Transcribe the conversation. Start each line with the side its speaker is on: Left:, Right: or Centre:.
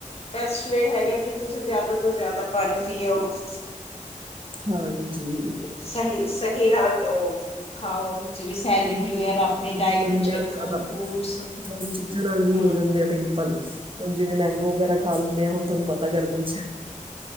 Left: ਬੈਸ ਵੇ ਹੈਗਾ ਕਿ ਤੁਸੀਂ ਜ਼ਿਆਦਾ ਤੋਂ ਜ਼ਿਆਦਾ ਪਾਣੀ ਪੀਓ। ਹਾਂਜੀ।
Right: ਹਾਂਜੀ।
Left: ਸਹੀ ਸਹੀ ਨਾਲ ਉਹ ਖਾਓ ਜਿੜੀ ਸੈਲਡ ਵਗੈਰਾ ਆਪਣੀ ਡਾਇਟ ਵਿੱਚ।
Right: ਦੇ
Left: ਰੱਖੋ
Right: ਜ਼ਿਆਦਾ
Left: ਫਰੂਟਸ
Right: ਗਰਮ ਚੀਜ਼ਾਂ ਨਾਲ ਵੀ
Left: ਹਮ
Right: ਹੋ ਜਾਂਦੇ ਆ ਪਿੰਪਲ। ਹੁਣ ਜਿਵੇਂ ਮੈਂਗੋ ਵਗੈਰਾ ਖਾ ਲੈਂਦੇ ਆਾਂ ਹੁਣ ਤੁਹਾਨੂੰ ਪਤਾ ਗਰਮੀ ਚ।